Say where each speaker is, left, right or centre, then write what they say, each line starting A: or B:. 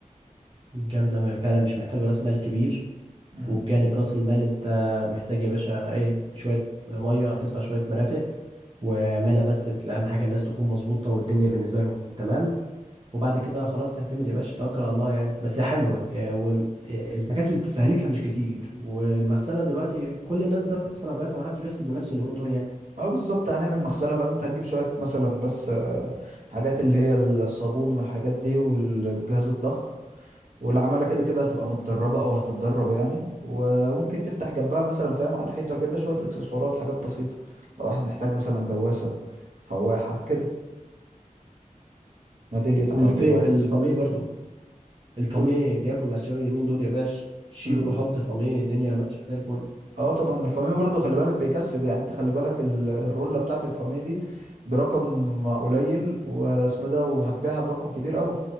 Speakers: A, on the right; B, on the right.
A: جامده م- فعلا مش محتاجه راس مال كبير
B: امم
A: وبجانب راس المال انت محتاج يا باشا ايه شويه ميه هتدفع شويه مرافق واعملها بس تل- اهم حاجه الناس تكون مظبوطه والدنيا بالنسبه لهم تمام وبعد كده خلاص اعتمد يا باشا توكل على الله يعني بس هي حلوه والحاجات اللي بتستهلكها مش كتير والمغسله دلوقتي كل الناس بتغسل عربيات ما حدش بيغسل بنفسه اليومين دول يعني
B: اه بالظبط هنعمل مغسله فاهم انت هتجيب شويه مثلا بس آه، حاجات اللي هي الصابون والحاجات دي والجهاز الضخ والعمالة كده كده هتبقى متدربة أو هتتدرب يعني وممكن تفتح جنبها مثلا فاهم على الحيطة كده شوية إكسسوارات حاجات بسيطة لو واحد محتاج مثلا دواسة فواحة كده ميدالية عربيات
A: والفاميه برضو الفاميه
B: وال...
A: بياكل مع الشاوي اليومين دول يا باش شيل
B: ال-
A: وحط فاميه الدنيا ماشيه زي الفل
B: اه طبعا الفاميه برضو خلي بالك بيكسب يعني انت خلي بالك ال- الرولة بتاعت الفاميه دي برقم قليل واسمه ده وهتبيعها برقم كبير قوي